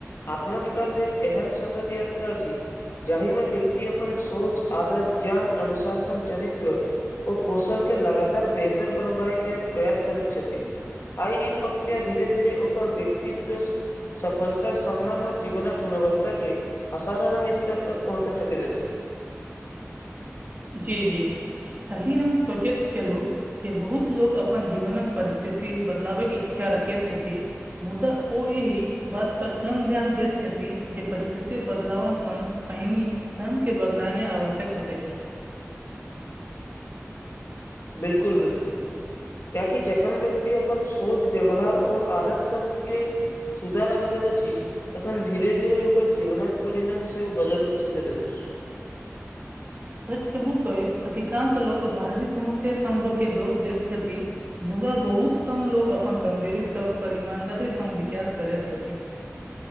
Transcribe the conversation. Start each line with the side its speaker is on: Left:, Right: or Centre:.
Left: आत्मविकास एक एहन सतत यात्रा छी जाहि में व्यक्ति अपन सोच आदत ज्ञान अनुशासन चरित्र ओ कौशलके लगातार बेहतर बनबाए के प्रयास करैत छथि आइ ई प्रक्रिया धीरे धीरे ओकर व्यक्तित्व त सफलता सम्मान आऔर जीवनक गुणवत्ता के अबधारण स्थित तक पहुँचा सकैत छी
Right: जी जी कल्ही हम सोचैत चलू जे बहुत लोक अपन जीवनक परिस्थिति बदलावेके इच्छा रखैत छथिन मुदा ओ एहि बात पर कम ध्यान देत छथि जे परिस्थिति बदलाव संग पहनी सम के बदलाने आवश्यक होत अछि
Left: बिल्कुल बिल्कुल कियैकि जखन व्यक्ति अपन सोच व्यवहार ओ आदत सबके सुधार अनबेत अछि तखन धीरे धीरे ओकर जीवनक परिणाम सेहो बदल सकैत अछि
Right: सच कहूँ तो अधिकांश लोक बाहरी समस्या सम्भव के दोष दैत छथि मुदा बहुत कम लोक अपन कमजोरी सब पर ईमानदारी स विचार करैत छथि